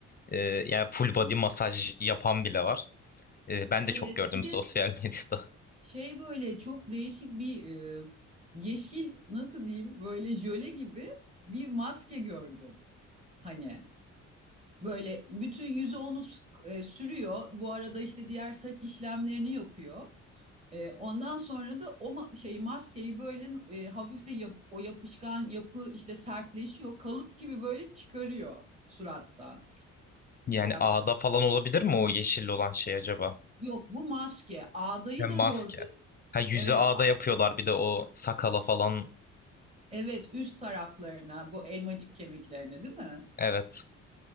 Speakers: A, on the left; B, on the right.
A: e, yani full body masaj yapan bile var. Ee, ben
B: Evet.
A: de çok gördüm
B: Bir de
A: <laughs> sosyal medyada.
B: şey böyle çok değişik bir e, yeşil nasıl diyeyim böyle jöle gibi bir maske gördüm. Hani Böyle bütün yüzü onu e, sürüyor. Bu arada işte diğer saç işlemlerini yapıyor. E, ondan sonra da o ma- şey maskeyi böyle e, hafif de yap- o yapışkan yapı işte sertleşiyor. Kalıp gibi böyle çıkarıyor surattan.
A: Yani
B: Ya,
A: ağda falan olabilir mi o yeşil olan şey acaba?
B: yok bu maske. Ağdayı
A: Hem
B: da
A: maske.
B: gördüm.
A: Ha yüzü
B: Evet,
A: ağda yapıyorlar bir de o sakala falan.
B: evet üst taraflarına bu elmacık kemiklerine değil mi?
A: Evet.